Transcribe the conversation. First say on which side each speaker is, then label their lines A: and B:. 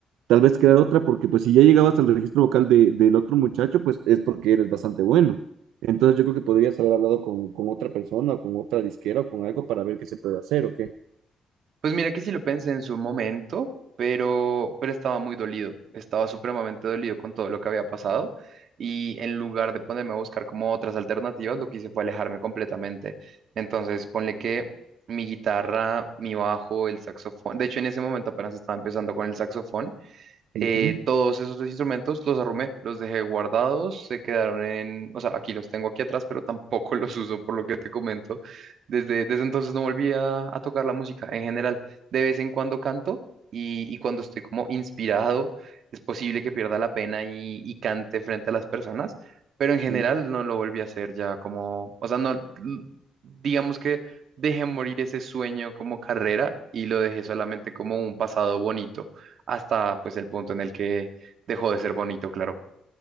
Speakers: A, on the right (about 85°); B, on the right (about 65°).
A: tal vez crear otra, porque pues si ya llegabas al registro vocal de, del otro muchacho, pues es porque eres bastante bueno. Entonces yo creo que podrías haber hablado con, con otra persona, o con otra disquera, o con algo para ver qué se puede hacer o qué.
B: Pues mira que sí lo pensé en su momento, pero, pero estaba muy dolido, estaba supremamente dolido con todo lo que había pasado. Y en lugar de ponerme a buscar como otras alternativas, lo que hice fue alejarme completamente. Entonces, ponle que mi guitarra, mi bajo, el saxofón, de hecho en ese momento apenas estaba empezando con el saxofón,
A: Ujú.
B: Eh, todos esos dos instrumentos los arrumé, los dejé guardados, se quedaron en, o sea, aquí los tengo aquí atrás, pero tampoco <laughs> los uso por lo que te comento. Desde, desde entonces no volví a, a tocar la música en general. De vez en cuando canto y, y cuando estoy como inspirado, es posible que pierda la pena y, y cante frente a las personas, pero en general
A: Mm.
B: no lo volví a hacer ya como, o sea, no, l- digamos que dejé morir ese sueño como carrera y lo dejé solamente como un pasado bonito hasta pues el punto en el que dejó de ser bonito, claro.